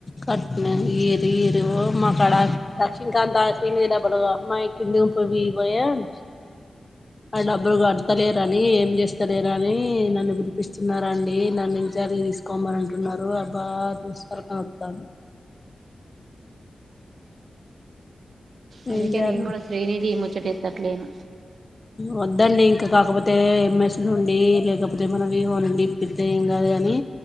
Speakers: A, on the left; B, on the right.
A: కట్నం ఈరు ఈరు మా కాడ లక్ష్మీకాంత శ్రీనిధి డబ్బులు అడుగు అమ్మ ఇదొక వివో ఎన్ ఆ డబ్బులు కడతలేరని ఏం చేస్తలేర అని నన్ను పిలిపిస్తున్నారండి నన్ను ఇంచార్జ్ తీసుకోమని అంటున్నారు ఆ ఆబా తలకాయ నొత్తాంది
B: అందుకే
A: ఏం చేయాలో
B: నీను కూడా శ్రీనిధి ఇచ్చేటట్టు లేను
A: వద్దండి ఇంకా కాకపోతే ఎంఎస్ నుండి లేకపోతే మనవివ నుండి ఇప్పితే ఏం గాదు గాని